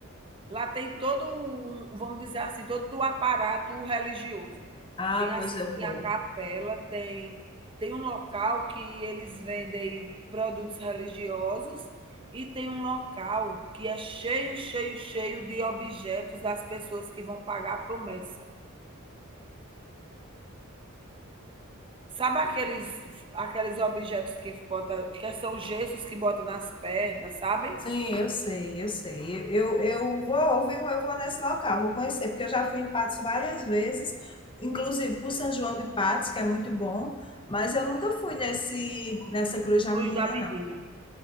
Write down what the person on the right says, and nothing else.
lá tem todo um vamos dizer assim, todo o aparato religioso.
Tem as
tem a capela, tem tem um local que eles vendem produtos religiosos e tem um local que é cheio, cheio, cheio de objetos das pessoas que vão pagar a promessa. Sabe aqueles aqueles objetos que bota que são gessos que bota nas pernas, sabe?
Cruz
da menina.